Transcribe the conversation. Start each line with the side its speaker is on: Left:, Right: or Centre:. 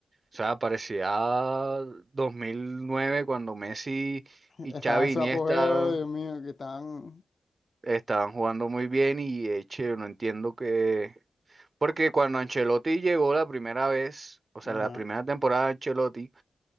Right: O sea, parecía 2009 cuando Messi y
Left: Estaban
Right: Xavi
Left: en su
Right: Iniesta
Left: apogeo, Dios mío, que estaban.
Right: estaban jugando muy bien y eche, no entiendo que Porque cuando Ancelotti llegó la primera vez, o sea,
Left: Ajá.
Right: la primera temporada de Ancelotti,